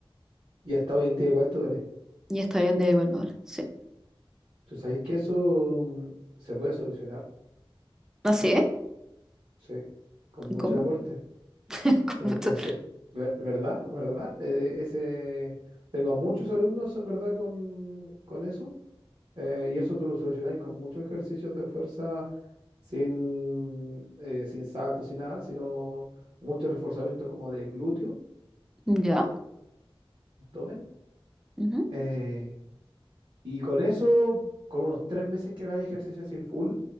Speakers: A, on the right (about 60°); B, in the centre.
A: Y hasta hoy en día igual te duele.
B: Y está bien, de igual me duele. Sí.
A: Tú sabéis que eso mm, se puede solucionar,
B: Así, ¿eh?
A: sí, con mucho
B: ¿Cómo?
A: deporte.
B: <laughs> ¿Cómo
A: Tenéis
B: esto?
A: que hacer, ver- ¿verdad? ¿Verdad? Eh, ese, tengo muchos alumnos en verdad con, con eso. eh, y eso tú lo solucionáis con muchos ejercicios de fuerza sin, eh, sin saltos, sin nada, sino mucho reforzamiento como de glúteo,
B: Ya.
A: abdomen.
B: ujú.
A: Eh, Y con eso, con unos tres meses que hagáis ejercicio así full,